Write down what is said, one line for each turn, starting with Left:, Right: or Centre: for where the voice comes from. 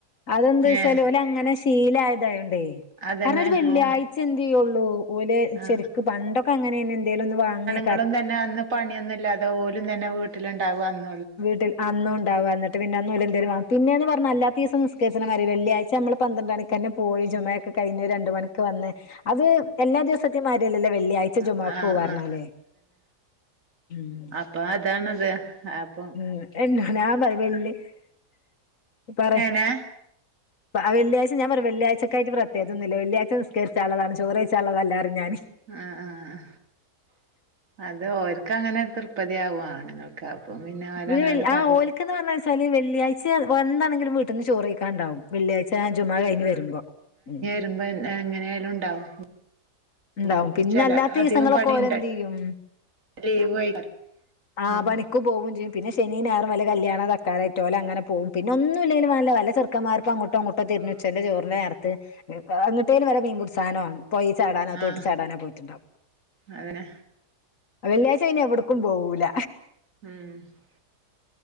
Left: അതെന്താ വെച്ചാല
Right: ഏ
Left: ഓല് അങ്ങനെ ശീലായതായൊണ്ടേ
Right: അതന്നെ
Left: കാരണം ഒരു വെള്ളിയായ്
Right: ആ
Left: ച്ച എന്ത് ചെയ്യുള്ളൂ ഓല്
Right: ആ
Left: ശെരിക്ക് പണ്ടൊക്കെ അങ്ങനെ തന്നെ എന്തേലും ഒന്ന് വാങ്ങേ
Right: ഞങ്ങളും തന്നെ അന്ന് പണിയൊന്ന് ഇല്ലാതെ ഓലും തന്നെ വീട്ടിലുണ്ടാകു അന്ന്
Left: വീട്ടിൽ അന്നു ഉണ്ടാവും അന്നിട്ട് പിന്നെ ഒന്നു എന്തേലും പിന്നെന്ന് പറഞ്ഞൽ അല്ലാത്ത ദിവസ നിസ്കരിച്ചണി വെള്ളിയാഴ്ച നമ്മൾ പന്ത്രണ്ട് മണിക്കന്നെ പോയി ജുമ ഒക്കെ കഴിഞ്ഞ് രണ്ട് മണിക്ക് വന്ന് അത് എല്ലാ ദിവസതേം മാരിയല്ലല്ലോ വെള്ളിയാഴ്ച
Right: ആ
Left: ജുമാക്ക്
Right: ആ
Left: പോവാന്ന്
Right: ആ
Left: പറഞ്ഞാല് ഉം
Right: പ്പ അതാണത് അഹ്
Left: ഉം <unintelligible> പറി
Right: ഏനെ
Left: പ്പ വെള്ളിയാഴ്ച്ച ഞാൻ പറ വെള്ളാഴ്ചക്കായി പ്രത്യകിചോന്നില്ല വെള്ളിയഴ്ച നിസ്കരിച്ച ഉള്ളത ചോറഴ്ച്ച ഉള്ളതല്ല പറിം ഞാൻ
Right: ആഹ് ആഹ് ആഹ് അത് ഓർക്ക്‌ അങ്ങനെ തൃപതിയാവോ ആണുങ്ങൾ ക്ക അപ്പോ പിന്നെ ഓരങ്ങട്
Left: പിന്നെ ആഹ്
Right: പറയും
Left: ഓലക്ക് എന്ന് പറഞ്ഞ വെച്ചാല് വെള്ളിയാച്ച വന്നാണെങ്കിലും വീട്ടിന്ന് ചോറ് കഴിക്കന്നുണ്ടാവും വെള്ളിയായ് ച്ച ജുമാ കൈഞ് വരുമ്പോ ഉം
Right: രുമ്പോ എങ്ങനെയാലും ഉണ്ടാവും
Left: ഉണ്ടാവും
Right: ഇപ്പൊ
Left: പിന്നെ
Right: ചില
Left: അല്ലാത്ത
Right: അധികം
Left: ദിവസങ്ങളൊക്കെ
Right: പണിണ്ട്
Left: ഓലെന്ത് ചെയ്യും
Right: ലീവ്
Left: ആഹ്
Right: ഉം
Left: പണി ഒക്ക് പോവും ചെയ്യും പിന്നെ ശനിം ഞായറും വല്ല കല്യാണ തക്കാലുവായിട്ട് ഓല് അങ്ങനെ പോവും പിന്നൊന്നു ഇല്ലേൽ വല്ല ചെർക്കന്മാറും അങ്ങോട്ടും ഇങ്ങട്ടും ഇപ്പൊ തിരുനുച്ചന്റെ ചോറിന് നേരത്ത് എന്നിട്ടേന് വരെ മീൻമ്പുടിചാനോ പോയെ ചാടാ
Right: ആഹ്
Left: തോട്ടി ചാടാനാ പോയിട്ടുണ്ടാവും
Right: അതന്നെ
Left: വെള്ളിയാഴ്ച പിന്നി എവിടക്കും പോവൂല
Right: ഉം